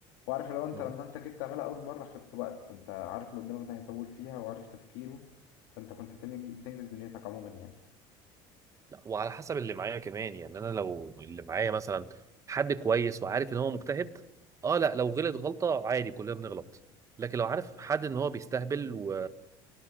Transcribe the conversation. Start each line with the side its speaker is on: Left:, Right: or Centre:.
Left: وعارف لو انت
Right: مم.
Left: لما انت جيت تعملها اول مرة خدت وقت فانت عارف اللي قدامك ده هيطول فيها وعارف تفكيره فانت كنت بتنج- بتنجز دنيتك عموما يعني
Right: لا وعلى حسب اللي معايا كمان يعني انا لو اللي معايا مثلا حد كويس وعارف ان هو مجتهد اه لا لو غلط غلطة عادي كلنا بنغلط لكن لو عارف حد ان هو بيستهبل و